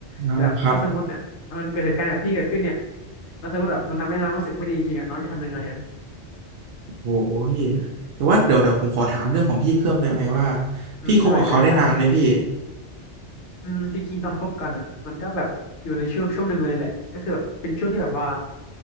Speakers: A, on the right; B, on the left.
A: นะครับ
B: แต่แบบถ้าสมมติเนี่ยมันเกิดเหตุการณ์แบบพี่เกิดขึ้นเนี่ยแล้วสมมติแบบมันทำให้น้องรู้สึกไม่ดีจริงๆอ่ะน้องจะทำยังไงอ่ะ
A: โอ้โหพี่แต่ว่าเดี๋ยวเดี๋ยวผมขอถามเรื่องของพี่เพิ่มได้ไหมว่า
B: อืมได้ได้ได้
A: พี่คบกับเขาได้นานไหมพี่
B: อืมจริงๆตอนคบกันอ่ะมันก็แบบอยู่ในช่วงช่วงหนึ่งเลยแหละก็คือแบบเป็นช่วงที่แบบว่า